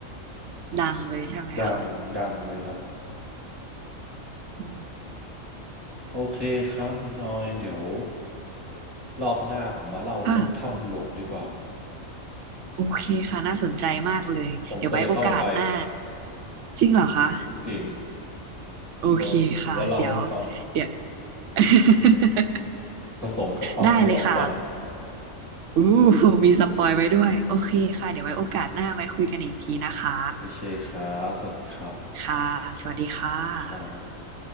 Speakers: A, on the right (about 70°); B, on the right (about 20°).
A: ดังเลยใช่ไหมคะ
B: ดังดังเลยครับ
A: อืม
B: โอเคครับคุณออยเดี๋ยวรอบหน้าผมมาเล่าเรื่องถ้ำหลวงดีกว่า
A: ค่ะโอเคค่ะน่าสนใจมากเลยเดี๋ยวไว้โอกาสหน้า
B: ผมเคยเข้าไป
A: จริงเหรอคะ
B: จริง
A: โอเคค่ะเดี๋ยว
B: เดี๋ยวผมว่าเล่าให้ฟัง
A: เดี๋ยว <laughs>
B: ผสมกับความสยองขวัญ
A: ได้เลยค่ะอู้มีสปอยไว้ด้วยโอเคค่ะเดี๋ยวไว้โอกาสหน้าไว้คุยกันอีกทีนะคะ
B: โอเคโอเคครับสวัสดีครับ
A: ค่ะ สวัสดีค่ะ
B: ครับ